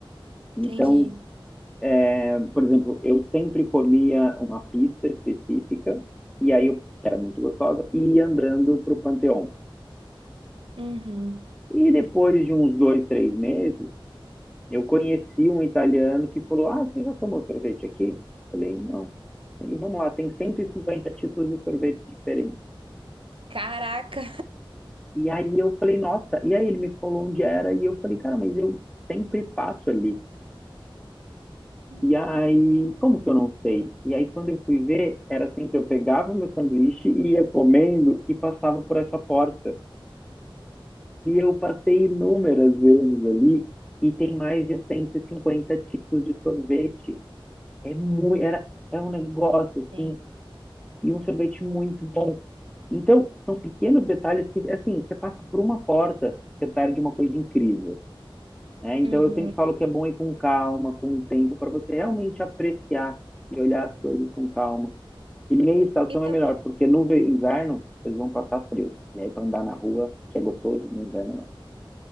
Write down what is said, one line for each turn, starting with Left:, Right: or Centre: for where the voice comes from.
Centre: Então,
Right: entendi.
Centre: é, por exemplo, eu sempre comia uma pizza específica, e aí eu, que era muito gostosa, e ia andando para o Panteão.
Right: Uhum.
Centre: E depois de uns dois, três meses, Eu conheci um italiano que falou: Ah, você já tomou sorvete aqui? Eu falei: Não. Ele, vamos lá, tem 150 tipos de sorvete diferentes.
Right: Caraca!
Centre: E aí eu falei: Nossa. E aí ele me falou onde era. E eu falei: Cara, mas eu sempre passo ali.
Right: hum.
Centre: E aí,
Right: <laughs>
Centre: como que eu não sei? E aí, quando eu fui ver, era assim que eu pegava o meu sanduíche e ia comendo e passava por essa porta. E eu passei inúmeras vezes ali e tem mais de 150 tipos de sorvete. É muito, era, é um negócio assim,
Right: Tem.
Centre: e um sorvete muito bom. Então, são pequenos detalhes que, assim, você passa por uma porta, você perde uma coisa incrível, né? Então,
Right: Uhum.
Centre: eu sempre falo que é bom ir com calma, com o tempo, para você realmente apreciar e olhar as coisas com calma. E meia estação
Right: E, tam
Centre: é melhor, porque no ve- inverno, vocês vão passar frio. E aí, para andar na rua, que é gostoso, no inverno não,